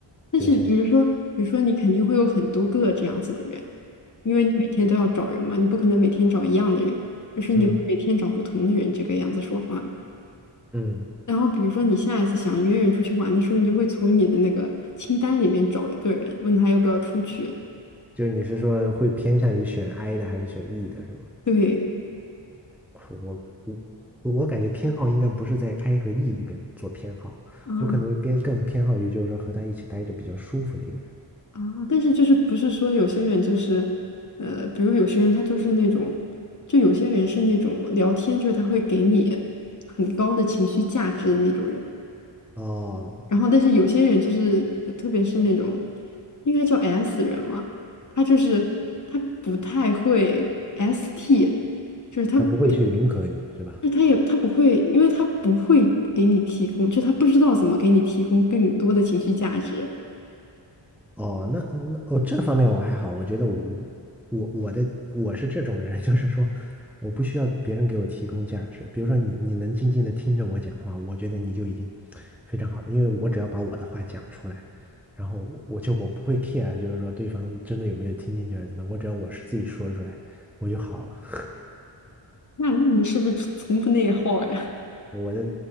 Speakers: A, on the left (about 40°); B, in the centre.
A: 但是比如说，
B: 就是线下。
A: 比如说你肯定会有很多个这样子的人，因为你每天都要找人嘛，你不可能每天找一样的人，就是你会每天找不同的人这个样子说话。
B: 嗯嗯，
A: 然后比如说你下一次想约人出去玩的时候，你就会从你的那个清单里面找一个人，问他要不要出去。
B: 就是你是说会偏向于选 I 的还是选 E 的，是吗？
A: 对。
B: 我我我我感觉偏好应该不是在 I 和 E 里边做偏好，
A: 嗯，
B: 我可能会偏更偏好于就是说和他一起待着比较舒服的一个人。
A: 啊，但是就是不是说有些人就是，呃，比如有些人他就是那种，就有些人是那种聊天，就是他会给你很高的情绪价值的那种人。
B: 哦，
A: 然后，但是有些人就是，呃特别是那种应该叫 S 人嘛，他就是他不太会 ST，就是他，
B: 他不会去迎合你，
A: 就
B: 是吧？
A: 是他也他不会，因为他不会给你提供，就他不知道怎么给你提供更多的情绪价值。
B: 哦，那那哦，这方面我还好，我觉得我我我的我是这种人，<laughs> 就是说我不需要别人给我提供价值。比如说你你能静静的听着我讲话，我觉得你就已经非常好的，因为我只要把我的话讲出来，然后我就我不会 care，就是说对方真的有没有听进去还是怎么样，我只要我是自己说出来，我就好了。
A: 那那你是不是从不内耗呀？
B: <laughs> 我的